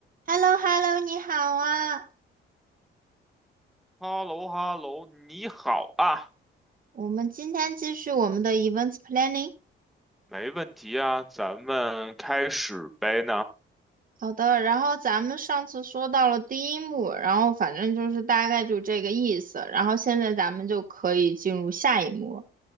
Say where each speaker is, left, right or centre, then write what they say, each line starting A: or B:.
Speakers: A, on the right; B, in the centre.
A: h e l l o h e l l o 你好啊！
B: 哈喽哈喽，你好啊，
A: 我们今天继续我们的 Events Planning。
B: 没问题啊，咱们开始呗呢？
A: 好的，然后咱们上次说到了第一幕，然后反正就是大概就这个意思。然后现在咱们就可以进入下一幕了。